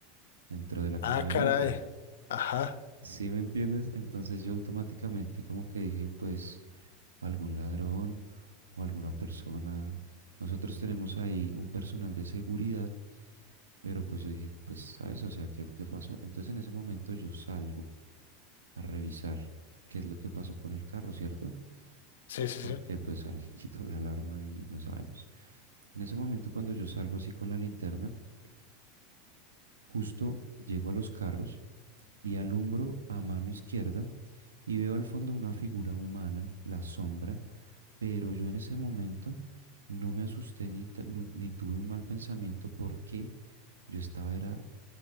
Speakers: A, on the right; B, on the left.
A: dentro de la camioneta.
B: Ah, caray. Ajá.
A: ¿Sí me entiendes? Entonces yo automáticamente como que dije, pues algún ladrón o alguna persona. Nosotros tenemos ahí un personal de seguridad, pero pues yo dije, pues ¿sabes? O sea, ¿qué, qué pasó? Entonces en ese momento yo salgo a revisar qué es lo que pasó con el carro, ¿cierto?
B: Sí, sí,
A: Porque
B: sí.
A: pues alguien <laughs> quitó la alarma y no sabemos. En ese momento cuando yo salgo así con la linterna, Justo llego a los carros y alumbro a mano izquierda y veo al fondo una figura humana, la sombra, pero yo en ese momento no me asusté ni, ta- nu- ni tuve un mal pensamiento porque yo estaba era